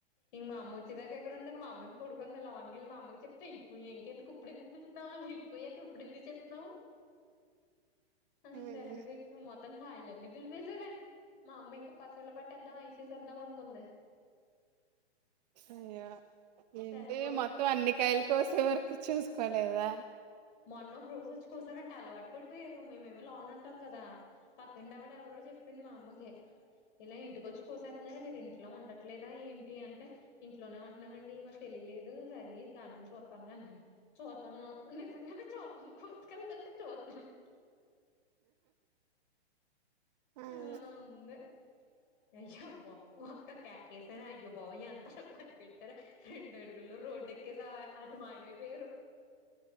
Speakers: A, on the left; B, on the right.
A: ఇంక మా అమ్మ వచ్చేదాకా ఎక్కడ ఉండారు మా అమ్మం పడుకుందిలావన్కెళ్ళి మా అమ్మకి చెప్తా ఇ ఇంకెందుకు ఇప్పుడు ఎందుకు పిళతున్నావు వాళ్ు వెళ్ళిపోయాక ఇప్పుడుెందుకు చెప్తున్నావు
B: అయ్యో
A: అంతే అది మొత్తం కాయలన్నీ దులిపేసారే మా అమ్మ ఇంకా పచ్చళ్ళ పట్టేద్దాం అసేసేద్దాం అనుకుంది
B: అ్యా ఏంటి
A: తెగ కోసేస్తున్నారు
B: మొత్తం అన్ని కాయలు కోసేవరక్ చూసుకోలేదా
A: మొన్న ఒక రోజు వచ్చి కోసారంటా అలవాటు ఎక్కడిపోయారు మేమేమి లోన ఉంటాం కదా తప్ రిం ఆవిడ ఎవరో చెప్పింది మా అమ్మకే ఇలా ఇంటికి వచ్చు కోసేస్తున్నారు మీరు ఇంట్లో ఉండ అట్లేదా ఏంటి అంటే ఇంట్లోనే ఉంటున్నామండి మాకు తెలిలేదు సరలి కా నుంచి చూస్తానే అన్నా చూద్దాం నిజంగానే చూద్దన్నాం కూర్సుకెళ్తుంటే చూద్దన్నాం
B: అయ్యో
A: ఆ వ నయంబ ఒక్క క్యాకే అయ్యో బాబోయ్య అంత పరిగెట్టారు రెండు అడుగుల్లో రోడ్డు ఎక్కేసా అటు మాయమైపోయరు